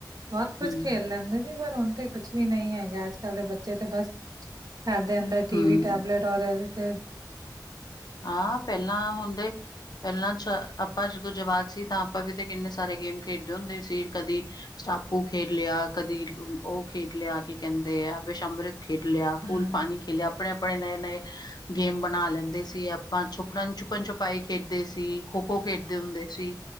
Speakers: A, on the right; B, on the left.
A: ਬਹੁਤ ਕੁਝ
B: ਹੂੰ,
A: ਖੇਲ ਲੈਂਦੇ ਸੀ ਪਰ ਹੁਣ ਤੇ ਕੁਛ ਵੀ ਨਹੀਂ ਹੈਗਾ ਅੱਜ ਕੱਲ੍ਹ ਦੇ ਬੱਚੇ ਤੇ ਬਸ ਘਰ ਦੇ ਅੰਦਰ ਟੀ
B: ਹੂੰ।
A: ਵੀ ਟੈਬਲੇਟ ਔਰ ਅ
B: ਹਾਂ, ਪਹਿਲਾਂ ਹੁੰਦੇ ਪਹਿਲਾਂ ਚ ਆਪਾਂ ਜਦੋਂ ਜਵਾਕ ਸੀ। ਤਾਂ ਆਪਾਂ ਵੀ ਤੇ ਕਿੰਨੇ ਸਾਰੇ ਗੇਮ ਖੇਡਦੇ ਹੁੰਦੇ ਸੀ। ਕਦੀ ਸਟਾਪੂ ਖੇਡ ਲਿਆ। ਕਦੀ ਉਹ ਖੇਡ ਲਿਆ ਕੀ ਕਹਿੰਦੇ ਆ। ਵਿਸ਼ ਅੰਮ੍ਰਿਤ ਖੇਡ ਲਿਆ,
A: ਹਮ
B: ਫੂਲ ਪਾਣੀ ਖੇਲਿਆ। ਆਪਣੇ ਆਪਣੇ ਨਏ ਨਏ ਗੇਮ ਬਣਾ ਲੈਂਦੇ ਸੀ। ਆਪਾਂ ਛੁਪੜਨ ਛੁਪਨ ਛੁਪ ਭਾਈ ਖੇਡਦੇ ਸੀ। ਖੋ- ਖੋ ਖੇਡਦੇ ਹੁੰਦੇ ਸੀ।